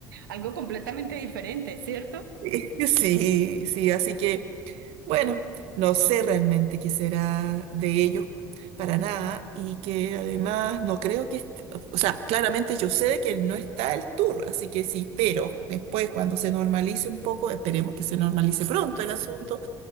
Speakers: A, on the right (about 80°); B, on the right (about 70°).
A: Algo completamente diferente, ¿cierto?
B: <laughs> Sí, sí, así que bueno, no sé realmente qué será de ellos para nada y que además no creo que, est- o sea, claramente yo sé que no está el tour, así que sí, pero después cuando se normalice un poco, esperemos que se normalice pronto el asunto